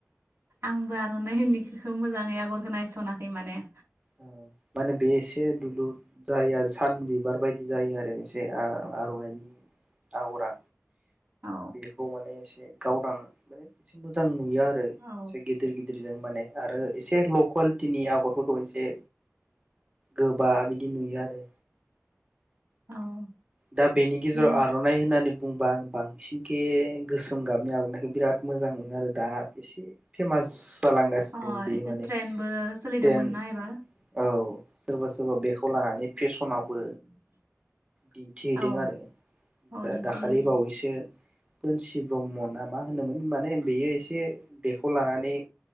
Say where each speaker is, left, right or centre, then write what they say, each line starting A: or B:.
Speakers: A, on the right; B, on the right.
A: आंबो आर'नाइ इनिखौखौ मोजाङै आगरखौ नायस'नाखै माने।
B: ओ माने बे एसे दुलुर जायो आरो सान बिबार बायदि जायो आरो आरो एसे आ-आर'नाइनि आगरा
A: औ
B: बिखौ माने गावदां माने एसे मोजां नु यो आरो
A: औ
B: से गिदिर गिदिर जों माने आरो एसे ल' कुवालिति आगरफोरखौ ए गोब बा बिदि नुयो आरो
A: औ
B: दा बेनि गेजेराव
A: बे
B: आर'नाइ होननानै बुंबा आं बांसिनके गोसोम गाबनि आर'नाइखौ बिराद मोजां मोनो आरो दा एसे फेमास जालांगासिनो
A: अ
B: बे
A: एसे
B: माने
A: ट्रेनबो सोलिदोंमोन
B: ट्रेन
A: ना एबार
B: औ सोरबा सोरबा बेखौ लानानै
A: <inaudible>
B: फेसनावबो दिन्थिहैदों
A: औ
B: आरो
A: औ
B: दा
A: दिन्थिहैदों
B: दाखालि बावैसो बोनसि ब्रह्म ना मा होनोमोन माने बेयो एसे बेखौ लानानै